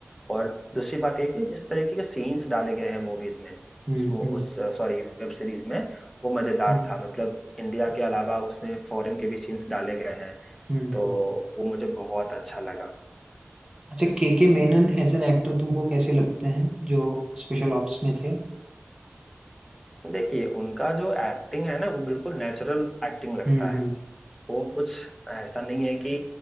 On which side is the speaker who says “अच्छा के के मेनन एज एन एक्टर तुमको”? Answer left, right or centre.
Right